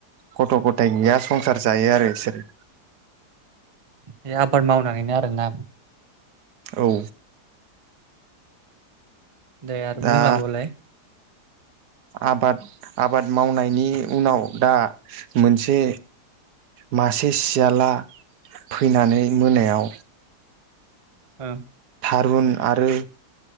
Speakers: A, on the right; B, on the right.
A: गथ'गथायनि या संसार जायो आरो बिसोरो
B: बे आबाद मावनानैनो आरोना
A: औ।
B: दे आरो
A: दा
B: बुंलांबावलाय
A: आबाद आबाद मावनायनि उनाव दा मोनसे मासे सियाला फैनानै मोनायाव
B: ओं
A: थारुन आरो